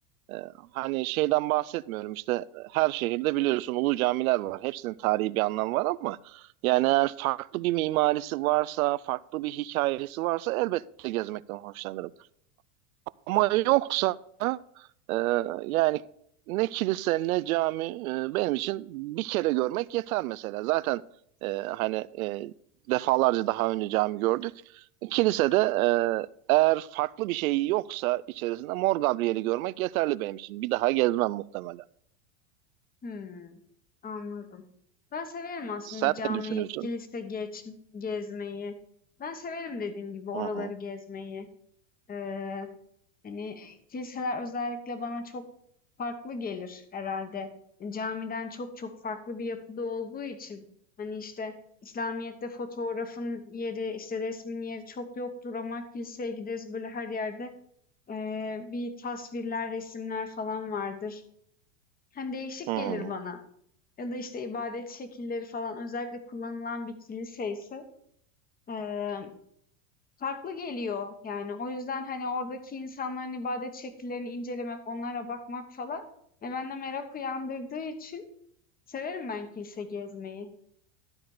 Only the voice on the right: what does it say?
Ee, hani şeyden bahsetmiyorum işte e, her şehirde biliyorsun ulu camiler var. Hepsinin tarihi bir anlamı var ama yani eğer farklı bir mimarisi varsa, farklı bir hikayesi varsa elbette gezmekten hoşlanırım. Ama yoksa e, yani ne kilise ne cami e, benim için bir kere görmek yeter mesela. Zaten e, hani e, defalarca daha önce cami gördük. Kilisede e, eğer farklı bir şey yoksa içerisinde Mor Gabriel'i görmek yeterli benim için. Bir daha gezmem muhtemelen.
Sen
ne düşünüyorsun?
Hı hı.
Hı hı.